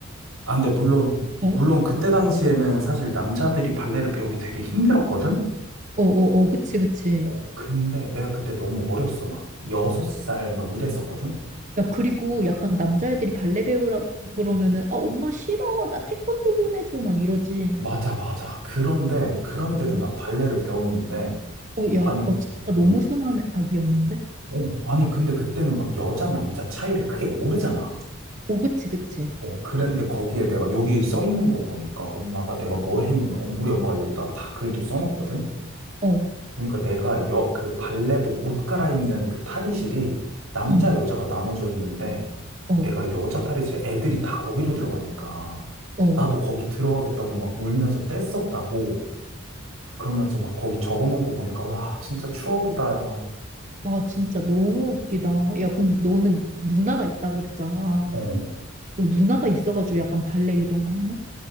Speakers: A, on the right (about 80°); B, on the right (about 35°).
A: 아, 근데 물론,
B: 어,
A: 물론 그때 당시에는 사실 남자들이 발레를 배우기 되게 힘들었거든?
B: 어, 어, 어, 그치, 그치.
A: 어, 근데 내가 그때 너무 어렸어. 막 여섯 살 막 이랬었거든?
B: 야, 그리고 약간 남자애들이 발레 배우라고 그러면은, 아, 엄마 싫어. 나 태권도 보내줘. 막 이러지.
A: 맞아, 맞아. 그런데, 그런데도
B: 어,
A: 난 발레를 배웠는데,
B: 어, 야,
A: 아니,
B: 아, 진짜
A: 어, 어,
B: 너무 순한 아기였는데?
A: 어, 아니, 근데 그때는 막 여자, 남자 차이를 크게 모르잖아.
B: 어, 그치, 그치.
A: 어, 그랬는데 거기에 내가 여기 써 있는 거 보니까 엄마가 내가 뭘 했냐면, 엄- 우리 엄마가 여기다가 다 글도 써놓거든?
B: 어,
A: 보니까 내가 여, 그 발레복 옷 갈아입는 그 탈의실이 남자,
B: 응,
A: 여자가 나눠져 있는데
B: 어,
A: 내가 여자 탈의실에 애들이 다 거기로 들어가니까
B: 어.
A: 나도 거기 들어가겠다고 막 울면서 뗐었다고 그러면서 막 거기 적어 놓은 거 보니까 와, 진짜 추억이다, 야.
B: 와, 진짜 너무 웃기다. 야, 근데 너는 누나가 있다 그랬잖아.
A: 어.
B: 너 누나가 있어가지고 약간 발레 이런 거 했나?